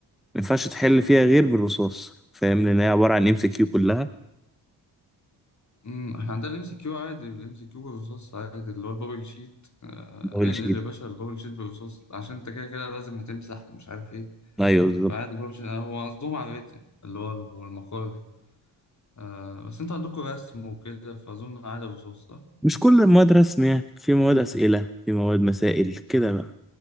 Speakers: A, in the centre; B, on the left.
A: ينفعش تحل فيها غير بالرصاص فاهم لان هي عباره عن ام سي كيو كلها
B: امم احنا عندنا الام سي كيو عادي الام سي كيو بالرصاص عادي اللي هو البابل شيت آه،
A: فدبل
B: انقل
A: شيت
B: يا باشا البابل شيت بالرصاص عشان انت كده كده لازم هتمسح ومش عارف ايه
A: ايوه بالظبط
B: فعادي البابل شيت آه، هو قصدهم على الريتن اللي هو المقالي آه بس انتوا عندكم رسم وكده فاظن عادي الرصاص صح؟
A: مش كل المواد رسم يعني في مواد اسئله في مواد مسائل كده بقى